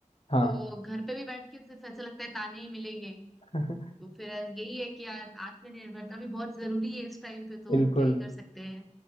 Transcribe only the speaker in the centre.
तो घर पे भी बैठ के सिर्फ ऐसा लगता है ताने ही मिलेंगे
तो फिर यही है कि यार आत्मनिर्भरता भी बहुत जरूरी है इस टाइम पे तो
क्या ही कर सकते हैं